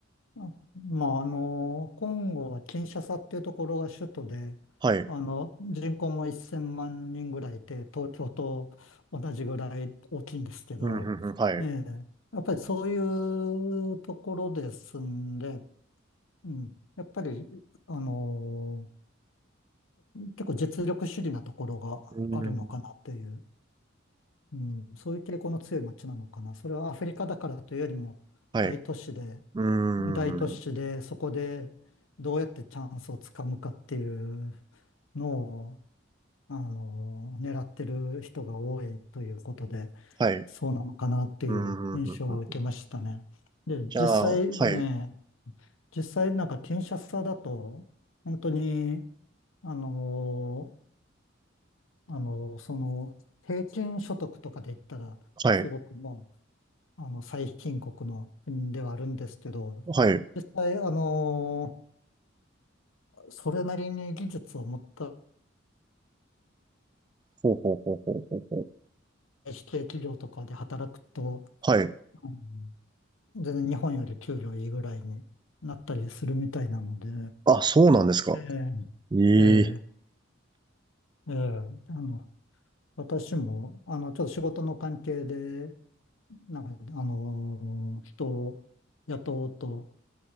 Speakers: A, on the left (about 85°); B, on the right (about 20°).
A: あまあ、あの、コンゴはキンシャサっていうところが首都で、
B: はい。
A: あの、人口も1000万人ぐらいいて、東京と同じぐらい大きいんですけど、
B: うん、ふんふん、はい。
A: ええ、やっぱりそういうところですんで、うん、やっぱり、あの、結構実力主義なところがあるのかなっていう。
B: うん、
A: うん、そういう傾向の強い街なのかな。それはアフリカだからというよりも大都市で、
B: はい。うーん、
A: 大都市でそこでどうやってチャンスをつかむかっていうのを、あの、狙ってる人が多いということで、
B: はい。
A: そうなのかなっていう印象は受けましたね。
B: うん、ふんふんふん。
A: で、
B: じゃあ、
A: 実際ね、
B: はい、
A: 実際なんかキンシャサだと、本当に、あの、あの、その、平均所得とかで言ったら、
B: はい、
A: すごくもう、あの、最貧国の国ではあるんですけど、
B: はい。
A: 実際、あの、それなりに技術を持った
B: ほうほうほうほうほうほう。
A: 指定企業とかで働くと、
B: はい。
A: うん全然日本より給料いいぐらいになったりするみたいなので、
B: あ、そうなんですか。
A: え
B: ええー
A: え、ええ、ええ、あの、私も、あの、ちょっと仕事の関係で、なんか、あの、人を雇おうと